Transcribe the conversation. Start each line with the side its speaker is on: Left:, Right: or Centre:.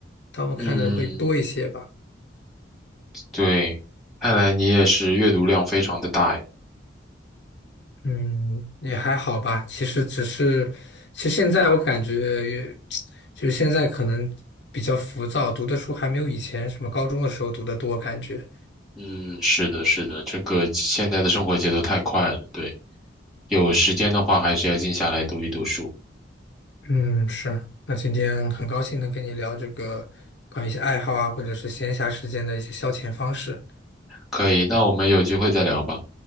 Left: 他们看的会多一些吧。
Centre: 嗯，对，看来你也是阅读量非常的大呀。
Left: 嗯，也还好吧。其实只是，其实现在我感觉也，就是现在可能比较浮躁，读的书还没有以前什么高中的时候读的多，感觉。
Centre: 嗯，是的，是的，这个现在的生活节奏太快了，对，有时间的话还是要静下来读一读书。
Left: 嗯，是。那今天很高兴能跟你聊这个关于一些爱好啊，或者是闲暇时间的一些消遣方式。
Centre: 可以，那我们有机会再聊吧。